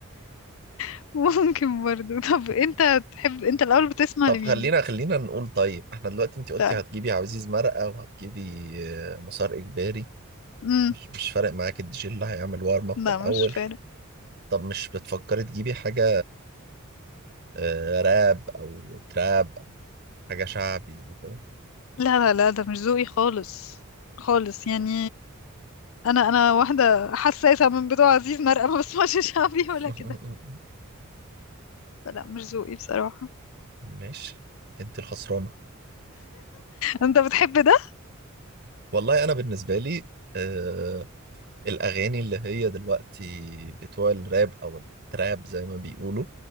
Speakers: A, on the left; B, on the right.
A: <laughs> ممكن برضو طب أنت تحب أنت الأول بتسمع
B: طب
A: لمين؟
B: خلينا خلينا نقول طيب احنا دلوقتي انت قلتي
A: طيب
B: هتجيبي عزيز مرقة وهتجيبي آه، مسار اجباري
A: امم
B: مش مش فارق معاك الدي جي اللي هيعمل وارم اب
A: لا
B: في الاول
A: مش فارق
B: طب مش بتفكري تجيبي حاجة آه، راب او تراب أو حاجة شعبي او كده
A: لا لا لا ده مش ذوقي خالص خالص يعني أنا أنا واحدة حساسة من بتوع عزيز مرقة ما بسمعش <laughs> شعبي
B: <laughs>
A: ولا كده فلا مش ذوقي بصراحة
B: ماشي انت الخسرانة
A: أنت بتحب ده؟
B: والله انا بالنسبة لي آه، الأغاني اللي هي دلوقتي بتوع الراب أو التراب زي ما بيقولوا